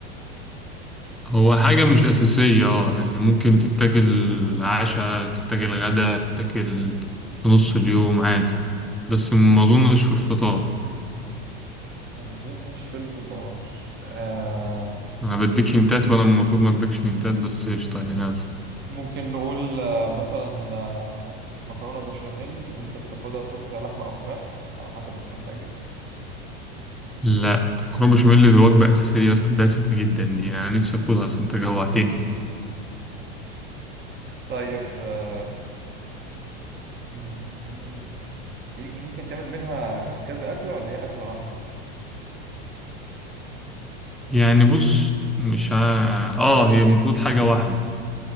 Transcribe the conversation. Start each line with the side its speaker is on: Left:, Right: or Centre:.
Centre: هو حاجة مش أساسية آه يعني ممكن تتاكل عشاء تتاكل غدا تتاكل في نص اليوم عادي بس ما أظنش في الفطار
Right: ما أظنش في الفطار آه
Centre: أنا بديك هنتات وأنا المفروض ما أديكش هنتات بس قشطة يعني يلا
Right: ممكن نقول آه، مثلا آه، مكرونة بشاميل وانت بتاخدها تحط فيها لحمة او فراخ على حسب انت محتاج ايه
Centre: لا مكرونة بشاميل دي وجبة أساسية أصلا دسمة جدا دي أنا نفسي أكلها أصلا أنت
Right: مم.
Centre: جوعتني
Right: <laughs> طيب آه، مم، مم. ي- ممكن تعمل منها كذا أكلة ولا هي أكلة واحدة
Centre: يعني بص مش ع... آه هي المفروض حاجة واحدة